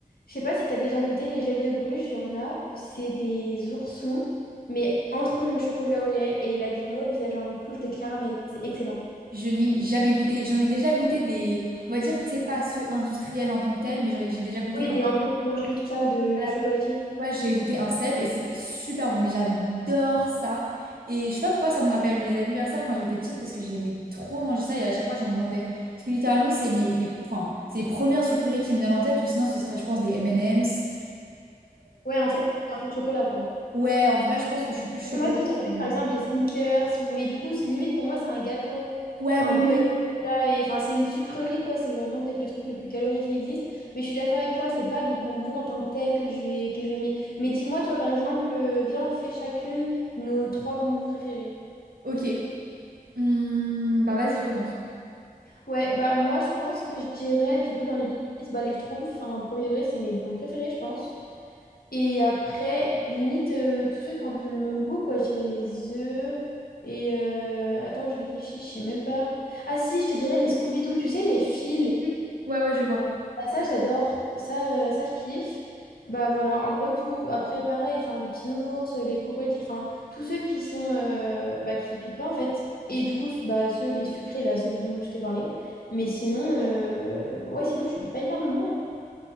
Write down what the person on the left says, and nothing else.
Je sais pas si t'as déjà goûté les Gèves de Bruges, il y en a où c'est des oursons, mais entre le chocolat au lait et la guimauve, il y a genre une couche de caramel. C'est excellent.
Oui,
des un peu de boulangerie, tout ça, de
chocolatier.
Ouais, en fait, c'est un peu de chocolat, quoi.
Ouais, Moi, ce serait plus,
par exemple, des sneakers. Ou... Mais du coup, c- limite, pour moi, c'est un gâteau.
Un
peu
avec du chocolat et... Enfin, c'est une sucrerie, quoi. C'est vraiment peut-être le truc le plus calorique qui existe. Mais je suis d'accord avec toi, c'est pas les bonbons en tant que tels que je vais, que je vais aimer. Mais dis-moi, toi, par exemple, euh, viens, on fait chacune nos trois bonbons préférés.
Ouais, bah moi, je pense que je dirais, du coup, dans les listes, bah, les Schtroumpfs, enfin, premier degré, c'est mes bonbons préférés, je pense. Et après, limite, euh, tous ceux qui ont un peu le même goût, quoi. Je dirais les œufs. Et euh, attends, je réfléchis, je sais même pas. Ah si, je te dirais les Scooby-Doo, tu sais, les fils.
Ah, ça, j'adore. Ça, euh, ça, je kiffe. Bah voilà, en gros, tout. Après, pareil, enfin, les petits nounours, les crocodiles, enfin, tous ceux qui sont. euh, bah, qui piquent pas, en fait. Et du coup, bah, ceux, les sucrés, là, ceux dont je t'ai parlé. Mais sinon, euh, euh, ouais, sinon, je suis pas hyper bonbon. hein.